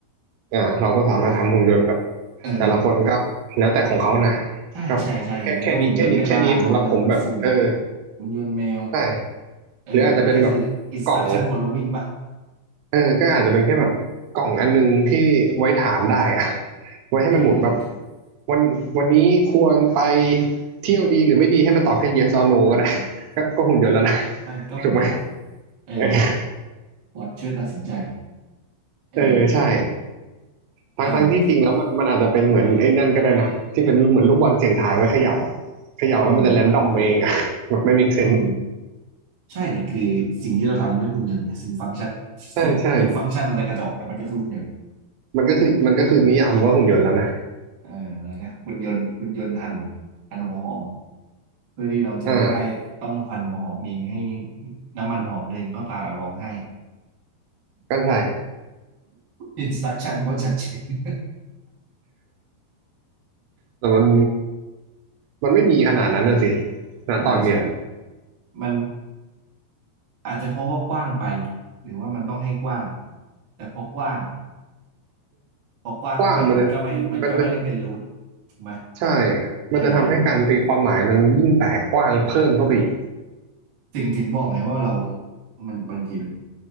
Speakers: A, on the right; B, on the right.
A: อ่าเราก็สามารถทำหุ่นยนต์แบบ
B: ถูกป่ะเออ
A: แต่ละคนก็แล้วแต่ของเขานะ
B: ใช่ใช่ใช่มันก็หุ่นยนต์แม่บ้านหุ่นยนต์ดูดฝุ่น
A: ก็แค่แค่นี้แค่นี้แค่นี้สำหรับผมแบบเออ
B: หุ่นยนต์แมว
A: ใช่
B: เออมันก็คือ
A: หรืออาจจะเป็นแบบ
B: instruction
A: กล่อง
B: following ป่ะ
A: เออก็อาจจะเป็นแค่แบบกล่องอันนึงที่ไว้ถามได้อะ <laughs> ไว้ให้มันหมุนแบบ
B: เออ
A: วันวันนี้ควรไปเที่ยวดีหรือไม่ดีให้มันตอบแค่ yes or no
B: ใช่ใช่
A: ก็ได้ <laughs> ก็ก็หุ่นยนต์แล้วนะ
B: ใช่ก็หุ่นยนต์
A: <laughs> ถูกไหม
B: เออ
A: เออ
B: ปอทช่วยตัดสินใจเออ
A: เออใช่
B: อ่า
A: ทั้งทั้งที่จริงแล้วมันมันอาจจะเป็นเหมือนไอ้นั่นก็ได้นะที่เป็นเหมือนลูกบอลเสี่ยงทายไว้เขย่าอะเขย่าแล้วมันจะแรนดอมเองอะ
B: อืม
A: <laughs> แบบไม่มีเซนส์
B: อืมใช่แต่คือสิ่งที่เราทำมันก็หุ่นยนต์ไงสิ่งฟังก์ชัน
A: ใช่ใช่
B: สิ่งถึงฟังก์ชันมันจะกระจอกแต่มันก็คือหุ่นยนต์
A: มันก็คือมันก็คือนิยามว่าหุ่นยนต์แล้วนะ
B: เอออะไรนะหุ่นยนต์หุ่นยนต์หั่นหั่นหัวหอมเพื่อที่เราจะไม่ได้ต้องหั่นหัวหอมเองให้
A: อ่า
B: น้ำมันหอมเด็นเข้าตาเราร้องไห้
A: ก็ใช่
B: อินสต u ักชั่นโคตรชัดเจน
A: แต่มันมันไม่มีขนาดนั้นนะสิ
B: <laughs>
A: ณตอนเนี้ย
B: ใช่ใช่มันอาจจะเพราะว่ากว้างไปหรือว่ามันต้องให้กว้างแต่พอกว้างพอกว้างไปมันก็ไม่มันก็ไม่ได้เป็นรูท
A: กว้างมันจะมันจะ
B: ถูกไหม
A: ใช่
B: เออ
A: มันจะทำให้การตีความหมายมันยิ่งแตกกว้างเพิ่มเข้าไปอีก
B: ถึงถึงบอกไงว่าเรามันบางทีมัน